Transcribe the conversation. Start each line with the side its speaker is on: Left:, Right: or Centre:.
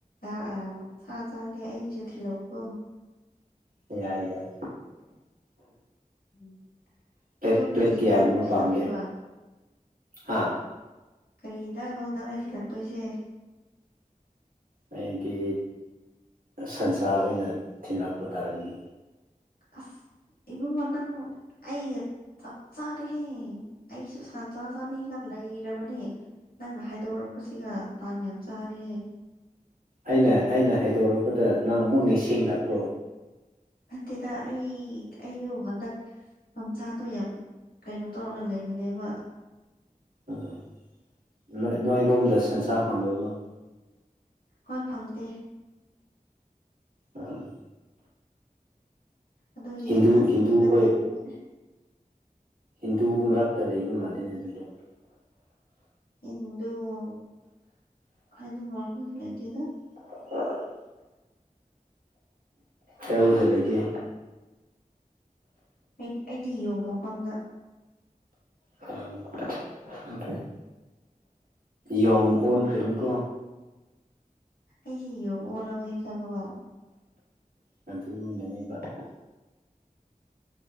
Left: ꯑꯥ ꯑꯝ ꯁꯥ ꯆꯥꯔꯗꯤ ꯑꯩꯒꯤꯁꯨ ꯊꯤꯜꯂꯛꯎꯀꯣ
Right: ꯌꯥꯏ ꯌꯥꯏ
Left: ꯎꯝ
Right: ꯄ꯭ꯂꯦꯠ
Left: ꯑꯗꯣ ꯀꯔꯤ
Right: ꯄ꯭ꯂꯦꯠ
Left: ꯍꯤꯟꯖꯥꯡ
Right: ꯀꯌꯥ ꯒꯨꯝꯕ
Left: ꯊꯤꯜꯂꯛꯇꯣꯏꯕ
Right: ꯄꯥꯝꯒꯦ ꯍꯥ
Left: ꯀꯔꯤ ꯍꯤꯟꯗꯥꯛꯅꯣ ꯅꯪꯅ ꯊꯤꯜꯂꯛꯇꯣꯏꯁꯦ
Right: ꯑꯩꯗꯤ ꯁꯟꯁꯥ ꯑꯣꯏꯅ ꯊꯤꯂꯛꯄ ꯇꯥꯔꯦꯅꯦ
Left: ꯑꯁ ꯏꯕꯨꯡꯉꯣ ꯅꯪ ꯑꯩ ꯆꯞ ꯆꯥꯔꯦꯍꯦ ꯑꯩꯁꯨ ꯁꯟꯁꯥ ꯆꯥꯅꯤꯡꯉ ꯂꯩꯔꯕꯅꯦ ꯅꯪꯅ ꯍꯥꯏꯗꯣꯔꯛꯄꯁꯤꯒ ꯇꯥꯟ ꯌꯥꯝ ꯆꯥꯔꯦꯍꯦ
Right: ꯑꯩꯅ ꯑꯩꯅ ꯍꯥꯏꯗꯣꯔꯛꯄꯗ ꯅꯪ ꯃꯨꯛ ꯅꯤꯡꯁꯤꯡꯂꯛꯄ꯭ꯔꯣ
Left: ꯅꯠꯇꯦꯗ ꯑꯩ ꯑꯩꯗꯣ ꯍꯟꯗꯛ ꯁꯟꯁꯥꯗꯣ ꯌꯥꯝ ꯀꯩꯅꯣ ꯇꯧꯔꯒ ꯂꯩꯕꯅꯦꯕ
Right: ꯎꯝ ꯅꯣꯏ ꯅꯣꯏꯔꯣꯝꯗ ꯁꯟꯁꯥ ꯐꯪꯗꯕ꯭ꯔꯣ
Left: ꯍꯣꯏ ꯐꯪꯗꯦ
Right: ꯑꯥ
Left: ꯑꯗꯨꯒꯤ
Right: ꯍꯤꯟꯗꯨ
Left: ꯌꯥꯝ ꯆꯥꯅꯤꯡꯉꯒ
Right: ꯍꯤꯟꯗꯨ ꯍꯣꯏ
Left: ꯂꯩꯕꯅꯦ
Right: ꯍꯤꯟꯗꯨ ꯃꯔꯛꯇ ꯂꯩꯕ ꯃꯥꯜꯂꯦꯅꯦ ꯑꯗꯨꯗꯤ
Left: ꯍꯤꯟꯗꯨ <unintelligible>
Right: <inaudible> ꯀꯥꯢ ꯋꯥꯢꯗ ꯂꯩꯒꯦ
Left: ꯎꯝ ꯑꯩ ꯑꯩꯗꯤ ꯌꯣꯡ ꯃꯐꯝꯗ
Right: ꯎꯝ ꯍꯨꯝ ꯇꯩ ꯌꯣꯡ ꯑꯣꯟꯈ꯭ꯔꯅꯤꯀꯣ
Left: ꯑꯩꯁꯤ ꯌꯣꯡ ꯑꯣꯜꯂꯕꯅꯤ ꯈꯪꯉꯕ
Right: ꯄꯟꯊꯨꯡ <unintelligible>